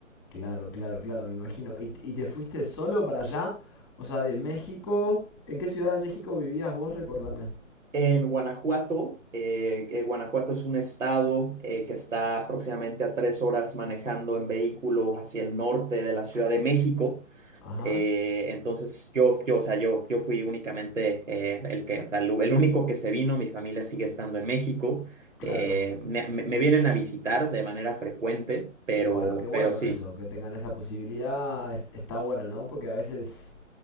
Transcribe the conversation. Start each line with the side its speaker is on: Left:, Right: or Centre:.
Centre: Claro, claro, claro, me imagino. ¿Y, y te fuiste solo para allá? O sea, de México. ¿En qué ciudad de México vivías vos? Recordame.
Right: En Guanajuato, eh, eh, Guanajuato es un estado eh, que está aproximadamente a tres horas manejando en vehículo hacia el norte de la Ciudad de México.
Centre: Ajá.
Right: Eh, entonces yo, yo, o sea, yo, yo fui únicamente eh, el que, el, el único que se vino, mi familia sigue estando en México.
Centre: Claro.
Right: Eh, me, me- me vienen a visitar de manera frecuente, pero,
Centre: Bueno, qué bueno
Right: pero sí.
Centre: eso, que tengan esa posibilidad, es- está bueno, ¿no? Porque a veces,